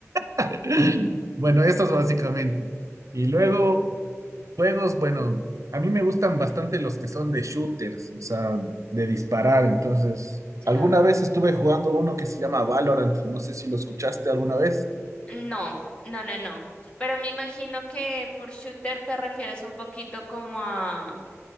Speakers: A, on the right (about 75°); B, on the left (about 20°).
A: <laughs> Bueno, estos básicamente. Y luego, juegos, bueno, a mí me gustan bastante los que son de shooters, o sea, de disparar. Entonces,
B: Ya.
A: alguna vez estuve jugando uno que se llama Valorant, no sé si lo escuchaste alguna vez.
B: No, no, no, no. Pero me imagino que por shooter te refieres un poquito como a